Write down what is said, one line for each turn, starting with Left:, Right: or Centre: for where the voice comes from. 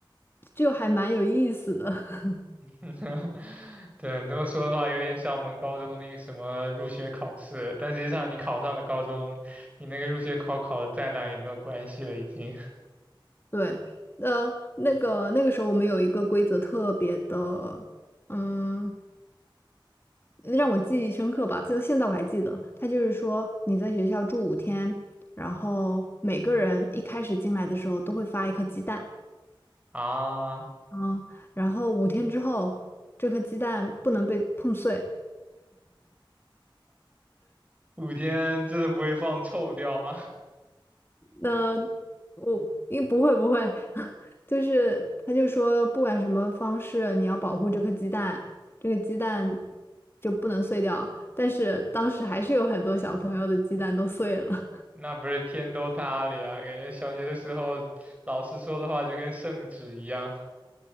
Left: 就还蛮有意思的。<laughs>
Right: <laughs> 对，你这么说的话，有点像我们高中那个什么入学考试，但实际上你考上了高中，你那个入学考考的再烂也没有关系了，已经。
Left: 对，呃，那个那个时候我们有一个规则特别的，嗯，让我记忆深刻吧，就现在我还记得，他就是说你在学校住五天，然后每个人一开始进来的时候都会发一颗鸡蛋。
Right: 啊，
Left: 嗯，然后五天之后，这颗鸡蛋不能被碰碎。
Right: 五天真的不会放臭掉吗？<laughs>
Left: 那我应不会不会，<laughs> 就是他就说，不管什么方式，你要保护这颗鸡蛋，这个鸡蛋就不能碎掉。但是当时还是有很多小朋友的鸡蛋都碎了。
Right: 那不是天都塌了呀，感觉小学的时候老师说的话就跟圣旨一样，